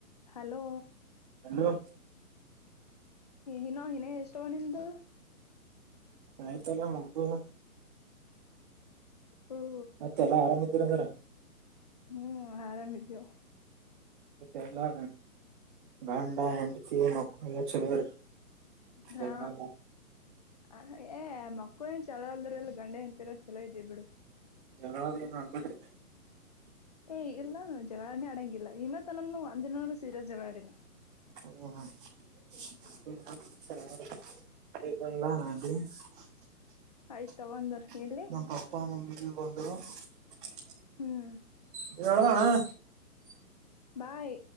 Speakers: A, on the left (about 25°); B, on the right (about 35°).
A: ಹಲೋ
B: ಹಲೋ
A: ಇನೋ ಇನೇ ಎಷ್ಟ ಅವು ನಿಂದು
B: ಆಯ್ತಲ್ಲಾ ಮುಗದದ್
A: ಓ
B: ಮತ್ತೆಲ್ಲಾ ಆರಾಮ್ ಇದೀರ ಹಂಗಾರ
A: ಹ್ಮ್ ಆರಾಮಿದವ
B: ಎಲ್ಲಾ ಗಂಡಾ, ಹೆಂಡತಿ, ಮಕ್ಕಳು, ಚಲೋ ಇರ್ರಿ
A: ಹಾ
B: ಜಗಳ
A: ಅ ಏ ಮಕ್ಕಳು ಏನ್ ಚಲೋ ಅಲ್ದ್ರು ಎಲ್ಲ ಗಂಡಾ ಹೆಂಡ್ತಿ ರೋ ಚಲೋ ಇದೇವಿ ಬಿಡು
B: <unintelligible> ಏನು ಅಂದಬಿಟ್ರ
A: ಏನ್ ಇಲ್ಲಾನು ಜಗಳಾನೇ ಆಡಂಗಿಲ್ಲ ಇನ್ನುತ್ತನ್ ನಾನು ಒಂದಿನಾನು ಸೀರಿಯಸ್ ಜಗಳ ಆಡಿಲ್ಲ
B: ಹ್ಮ <unintelligible>
A: ಆಯ್ತ
B: <unintelligible>
A: ಒಂದರ್ ಎಲ್ಲಿ ಹ್ಮ್
B: <unintelligible>
A: ಬಾಯ್